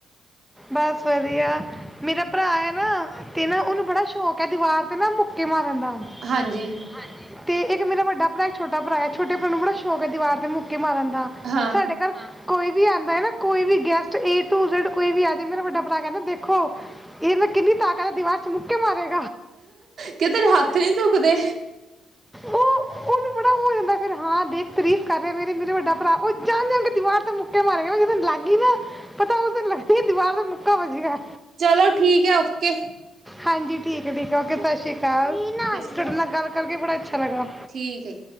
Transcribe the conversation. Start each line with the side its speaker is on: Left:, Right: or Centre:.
Centre: ਬਸ ਵਧੀਆ ਮੇਰਾ ਭਰਾ ਏ ਨਾ ਤੇ ਨਾ ਉਹਨੂੰ ਬੜਾ ਸ਼ੌਕ ਦੀਵਾਰ ਤੇ ਨਾ ਮੁੱਕੇ ਮਾਰਨ <unintelligible> ਅਤੇ
Right: ਹਾਂਜੀ
Centre: ਇੱਕ ਮੇਰਾ ਵੱਡਾ ਭਰਾ ਇੱਕ ਛੋਟਾ ਭਰਾ ਏ ਛੋਟੇ ਭਰਾ ਨੂੰ ਬ੍ੜਾ ਸ਼ੌਕ ਦੀਵਾਰ ਮੁੱਕ ਮਾਰਨ ਦਾ
Right: ਹਾਂ
Centre: ਸਾਡੇ ਘਰ ਕੋਈ ਵੀ ਆਉਂਦਾ ਹੈ ਨਾ ਕੋਈ ਵੀ ਗੈਸਟ ਇਹ <unintelligible> ਕੋਈ ਵੀ ਆਜੇ ਮੇਰਾ ਵੱਡਾ ਭਰਾ ਕਹਿੰਦਾ ਦੇਖੋ ਇਹਨੇ ਕਿੰਨੀ ਤਾਕਤ ਦੀਵਾਰ ਚ ਮੁੱਕੇ ਮਾਰੇਗਾ
Right: ਕਿ ਤੇਰੇ ਹੱਥ ਨੀ ਦੁਖਦੇ
Centre: ਓ ਉਹਨੂੰ ਬੜਾ ਹੋ ਜਾਂਦਾ ਫਿਰ ਹਾਂ ਦੇਖ ਤਰੀਫ਼ ਕਰ ਰਿਆ ਮੇਰੀ ਮੇਰਾ ਵੱਡਾ ਭਰਾ ਓ ਜਾਣ-ਜਾਣ ਕੇ ਦੀਵਾਰ ਤੇ ਮੁੱਕੇ ਮਾਰੇ ਗਾ ਜਿਸ ਦਿਨ ਲੱਗ ਗੀ ਨਾ ਪਤਾ ਉਸ ਦਿਨ ਲੱਗ ਦੀਵਾਰ ਤੇ ਮੁੱਕਾ ਵੱਜਿਆ
Right: ਚਲੋ ਠੀਕ ਐ ਓਕੇ
Centre: ਹਾਂਜੀ ਠੀਕ ਐ ਠੀਕਐ ਓਕੇ ਸਤਿ ਸ਼੍ਰੀ ਕਾਲ,
Right: ਸ਼੍ਰੀ
Centre: ਤੁਹਾਡੀ
Right: ਅਕਾਲ
Centre: ਨਾਲ ਗੱਲ ਕਰਕੇ ਬੜਾ ਅੱਛਾ ਲੱਗਾ।
Right: ਠੀਕ ਹੈ